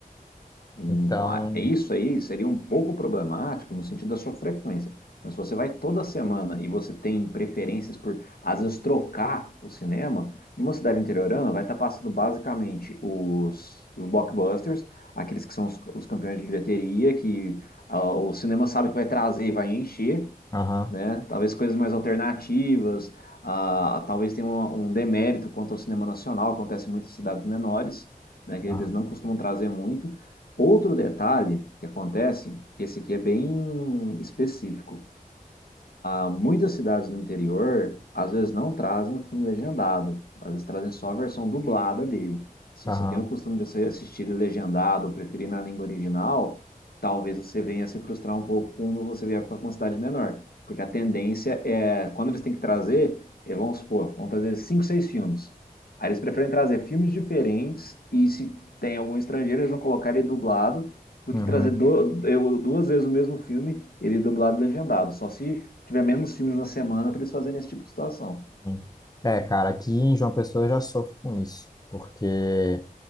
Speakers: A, on the left (about 85°); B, on the left (about 25°).
A: Hum,
B: Então,
A: Então, a- é isso aí seria um pouco problemático no sentido da sua frequência. Mas se você vai toda semana e você tem preferências por, às vezes, trocar o cinema, numa cidade interiorana vai estar passando basicamente os, os blockbusters, aqueles que são os, os campeões de bilheteria, que ah, o cinema sabe que vai trazer e vai encher,
B: Aham,
A: né? Talvez coisas mais alternativas, ah, talvez tenha um, um demérito quanto ao cinema nacional, acontece muito em cidades menores, né? Que
B: aham,
A: eles não costumam trazer muito. Outro detalhe que acontece, esse aqui é bem específico, ah, muitas cidades no interior, às vezes, não trazem o filme legendado, às vezes trazem só a versão dublada dele. Se
B: aham,
A: você tem o costume de assistir ele legendado ou preferir na língua original, talvez você venha se frustrar um pouco quando você vier para uma cidade menor. Porque a tendência é, quando eles têm que trazer, eh, vamos supor, vão trazer cinco, seis filmes. Aí eles preferem trazer filmes diferentes e se tem algum estrangeiro, eles vão colocar ele dublado do
B: uhum,
A: que trazer do- eu- duas vezes o mesmo filme, ele dublado e legendado. Só se tiver menos filmes na semana para eles fazerem esse tipo de situação.
B: sim. É, cara, aqui em João Pessoa eu já sofro com isso, porque